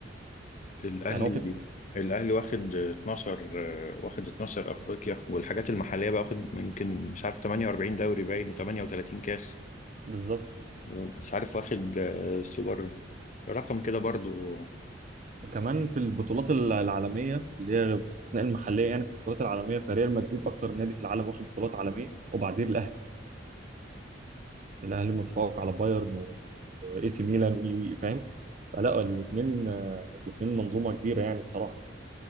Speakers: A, on the left; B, on the right.
A: الاهلي
B: يعني هو في
A: الاهلي واخد 12 آه، واخد 12 افريقيا والحاجات المحليه بقى واخد يمكن مش عارف 48 دوري باين و38 كاس
B: بالظبط
A: ومش عارف واخد آه، سوبر رقم كده برضو
B: كمان في البطولات الع- العالميه اللي هي باستثناء المحليه يعني في البطولات العالميه فريال مدريد اكتر نادي في العالم واخد بطولات عالميه وبعدين الاهلي الاهلي متفوق على بايرن و- واي سي ميلان وي وي فاهم فلا الاثنين الاثنين منظومه كبيره يعني بصراحه